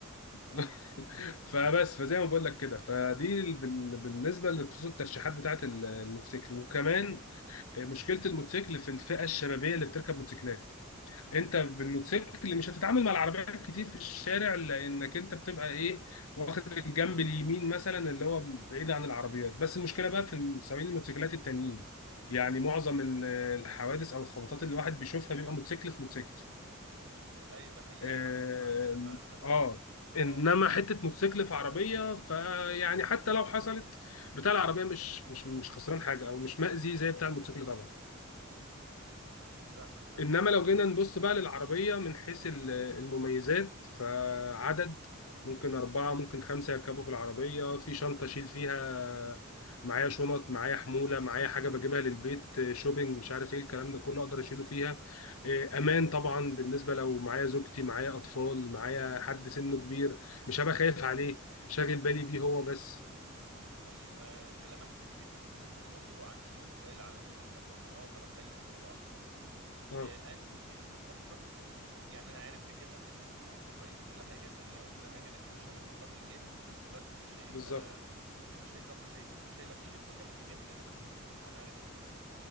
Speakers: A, on the left; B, on the right.
A: <laughs> فبس فزي ما بقول لك كده فدي ال- بال- بالنسبه لخصوص الترشيحات بتاعت ال- الموتوسيكل وكمان مشكله الموتوسيكل في الفئه الشبابيه اللي بتركب موتوسيكلات
B: <laughs> مم.
A: انت بالموتوسيكل مش هتتعامل مع العربيات كتير في الشارع لانك انت بتبقى ايه واخد الجنب اليمين مثلا اللي هو بعيد عن العربيات بس المشكله بقى في سواقين الموتوسيكلات التانيين يعني معظم ال- الحوادث او الخبطات اللي الواحد بيشوفها بيبقى موتوسيكل في موتوسيكل
B: ايوه ده حقيقي
A: آم،
B: اسمع اسمع كده فعلا اسمع
A: اه
B: كده
A: انما
B: اه
A: حته موتوسيكل في عربيه فيعني حتى لو حصلت بتاع العربيه مش مش مش خسران حاجه او مش مأذي زي بتاع الموتوسيكل طبعا
B: فاهمك فاهمك
A: انما لو جينا نبص بقى للعربيه من حيث ال- المميزات فعدد ممكن اربعه ممكن خمسه يركبوا في العربيه في شنطه اشيل فيها معايا شنط معايا حموله معايا حاجه بجيبها للبيت شوبينج مش عارف ايه الكلام ده كله اقدر اشيله فيها إيه، امان طبعا بالنسبه لو معايا زوجتي معايا اطفال معايا حد سنه كبير مش هبقى خايف عليه شاغل بالي بيه هو بس
B: طيب آه كلامك سليم يا حسن بس انا برضو عندي سؤال علشان اقدر برضو اقدر اقيم الموضوع اكتر
A: اه
B: آه انهي بيصرف اكتر يعني انا عرفت كده ان الموتوسيكل كويس وكل حاجه سريع وكل حاجه لكن مش امان بقدر كافي وفي نفس الوقت مش هيبقى
A: بالظبط
B: مش هيظبط مش هي... مش هيلبي لي كل احتياجاتي اللي انا محتاجها انا عرفت ده